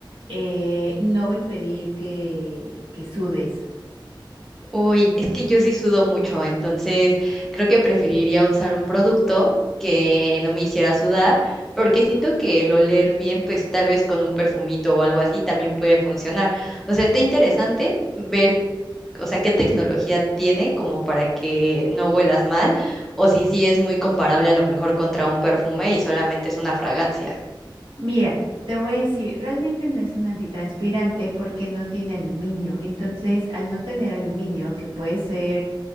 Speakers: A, on the right; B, in the centre.
A: eh, no va a impedir que, que sudes.
B: Uy, es que yo sí sudo mucho, entonces creo que preferiría usar un producto que no me hiciera sudar, porque siento que el oler bien, pues tal vez con un perfumito o algo así también puede funcionar. O sea, está interesante ver, o sea, qué tecnología tiene como para que no huelas mal, o si sí es muy comparable a lo mejor contra un perfume y solamente es una fragancia.
A: Mira, te voy a decir, realmente no es un antitranspirante porque no tiene aluminio. Entonces, al no tener aluminio, que puede ser